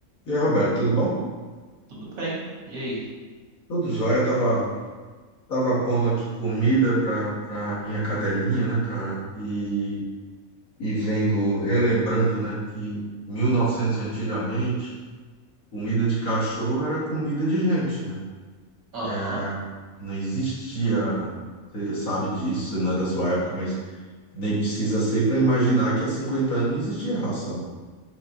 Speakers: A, on the left; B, on the right.
A: E aí, Roberto, tudo bom?
B: Tudo bem. E aí?
A: Tudo jóia. Tava, tava pondo aqui comida pra, pra minha cadelinha, né, cara? E, e vendo, relembrando, né, que mil e novecentos e antigamente, comida de cachorro era comida de gente, né?
B: Aham.
A: É, Não existia, você sabe disso, você não é da sua época, mas nem precisa ser para imaginar que há 50 anos não existia ração.